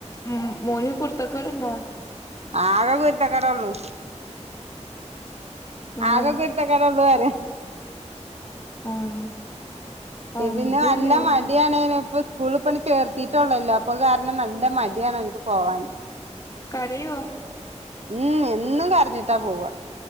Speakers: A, on the left; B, on the right.
A: ഉ മോന് കുർത്തക്കേട്ണ്ടാ
B: ആക കുരുത്തക്കേടെള്ളു.
A: ആഹ്
B: ആകെ കുരുത്തക്കടള്ളൂ പറ
A: ആഹ് ആൺകുട്ടിയല്ലേ
B: പിന്നെ നല്ല
A: അല്ലേ
B: മടിയാണേന് ഇപ്പ സ്കൂള കൊണ്ട് ചേർത്തിട്ടുള്ളല്ലോ അപ്പൊ അത് കാരണം നല്ല മടിയാണ് ഓൻക്ക് പോവാന്.
A: കരയോ?
B: ഉം എന്നും കരഞ്ഞിട്ടാ പോവ